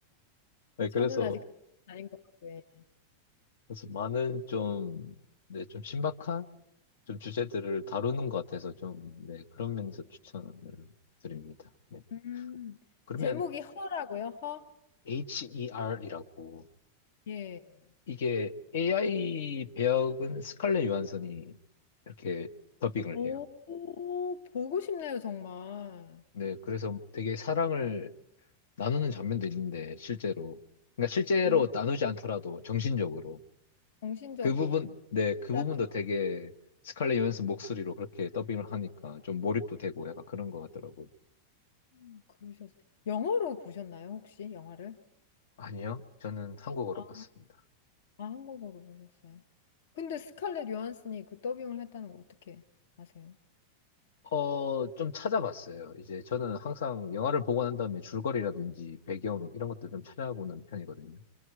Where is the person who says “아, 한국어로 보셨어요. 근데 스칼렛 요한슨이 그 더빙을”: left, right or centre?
Left